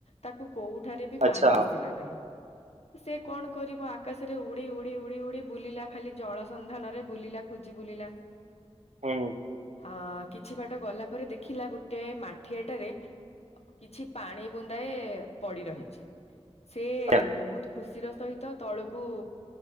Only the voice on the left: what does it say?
ତାକୁ କୋଉଠାରେ ବି
ପାଣି
ଦିଶିଲା ନାହିଁ, ସେ କଣ କରିବ ଆକାଶରେ ଉଡି ଉଡି ଉଡି ଉଡି ବୁଲିଲା ଖାଲି, ଜଳସନ୍ଧାନରେ ବୁଲିଲା, ଖୋଜି ବୁଲିଲା।
ଆ କିଛି ବାଟ ଗଲା ପରେ ଦେଖିଲା ଗୋଟେ ମାଠିଆଟାରେ କିଛି ପାଣି ବୁନ୍ଦାଏ ପଡି ରହିଚି, ସେ
ବହୁତ୍ ଖୁସିର ସହିତ ତଳକୁ